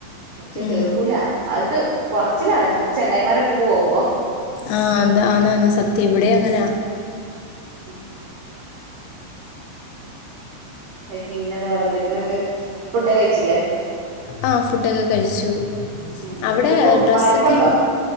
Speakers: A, on the right; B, on the left.
A: പക്ഷെ
B: ഉം
A: കേൾക്കൂല അവർക്ക് കൊറച്ചിലാണ് ചെ ങ്ങായിമാരടുത്തക്ക് പോവുമ്പോ
B: ആ എന്താ ആന്നാന്ന് സത്യം ഇവിടേം അങ്ങനാ
A: ഉം അ പിന്നെ വേറെന്തൊക്കെയന്നട്ട് ഫുഡ കഴിച്ചില്ലേ
B: ആ ഫുഡൊക്കെ കഴിച്ചു
A: ഉം
B: അവിടെ
A: ഉച്ചക്ക്
B: ഡ്രസ്സൊക്കെ
A: മയക്കണ്ടോ